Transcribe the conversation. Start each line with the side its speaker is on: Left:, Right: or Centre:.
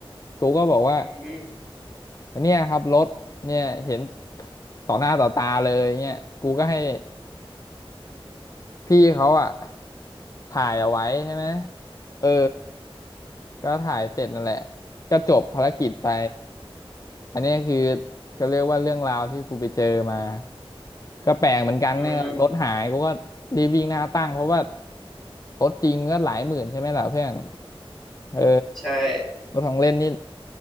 Left: กูก็บอกว่า
Centre: อืม
Left: เนี่ยครับรถเนี่ยเห็นต่อหน้าต่อตาเลยเนี่ยกูก็ให้ พี่เขาอะถ่ายเอาไว้ใช่ไหมเออก็ถ่ายเสร็จนั่นแหละก็จบภารกิจไปอันเนี้ยคือเขาเรียกว่าเรื่องราวที่กูไปเจอมาก็แปลกเหมือนกันเนี่ยรถหายกูก็รีบวิ่งหน้าตั้งเพราะว่า
Centre: อืม
Left: รถจริงก็หลายหมื่นใช่ไหมล่ะเพื่อนเออ
Centre: ใช่
Left: รถของเล่นนี่